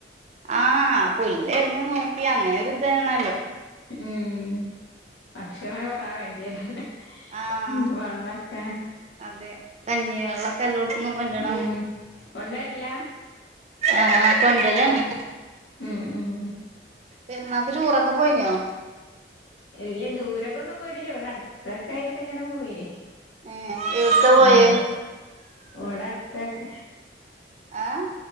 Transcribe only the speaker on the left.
ഉം ഭക്ഷണം കൊറാ വേണ്ടി യേരുല്ലേ.
ഉം വള്ളക്കേ?
ഉം കൊണ്ടുവരില്ല
ഉം ഉം
വലിയ ദൂരക്ക് ഒന്നും പോയിട്ടില്ല. ഇവിടെ അടുത്തൊക്കായി ട്ടിങ്ങനെ പോയി.
ഉം. ഓടെ അടുത്തൊക്ക.